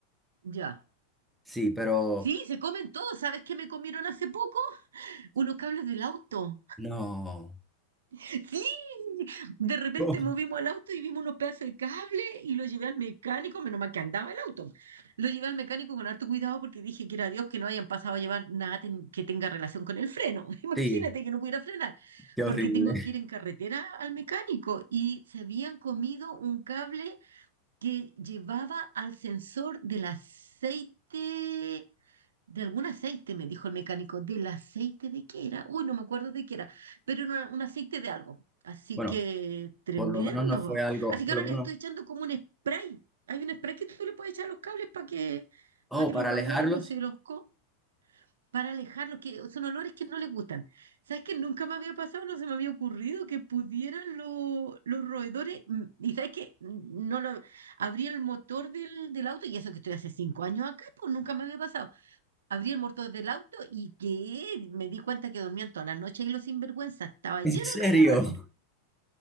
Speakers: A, on the right; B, in the centre.
A: ya.
B: Sí, pero
A: Sí, se comen todo. ¿Sabes qué me comieron hace poco? Unos cables del auto.
B: no.
A: Sí, de repente
B: <laughs>
A: movimos el auto y vimos unos pedazos de cable y lo llevé al mecánico, menos mal que andaba el auto. Lo llevé al mecánico con harto cuidado porque dije que era Dios que no hayan pasado a llevar nada ten- que tenga relación con el freno. <laughs> Imagínate
B: Sí,
A: que no pudiera frenar,
B: qué
A: porque
B: horrible.
A: tengo
B: <laughs>
A: que ir en carretera al mecánico y se habían comido un cable que llevaba al sensor del aceite De algún aceite, me dijo el mecánico. ¿Del aceite de qué era? Uy, no me acuerdo de qué era, pero era un aceite de algo. Así
B: Bueno.
A: que tremendo.
B: Por lo menos no fue algo,
A: Así
B: por
A: que ahora
B: lo menos,
A: les estoy echando como un spray. Hay un spray que tú le puedes echar a los cables para que,
B: oh,
A: para que
B: para
A: los roedores
B: alejarlos.
A: no se los co- para alejarlos, que son olores que no les gustan. ¿Sabes que nunca me había pasado, no se me había ocurrido que pudieran lo- los roedores? mm, Y sabes que no lo abrí el motor del, del auto, y eso que estoy hace cinco años acá, pues nunca me había pasado Abrí el motor del auto y que me di cuenta que dormían toda la noche y los sinvergüenzas. Estaba lleno
B: <laughs> ¿En serio?
A: de caca de ratón. <laughs>